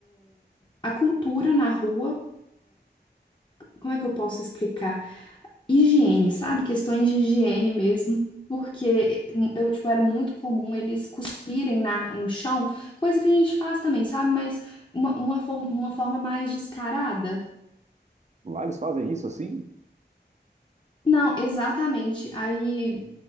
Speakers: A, on the left; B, on the right.
A: a cultura na rua, como é que eu posso explicar? Higiene, sabe? Questões de higiene mesmo. Porque eu, tipo, era muito comum eles cuspirem na, no chão, coisa que a gente faz também, sabe? Mas uma, uma, for- uma forma mais descarada.
B: Lá eles fazem isso assim?
A: Não, exatamente. Aí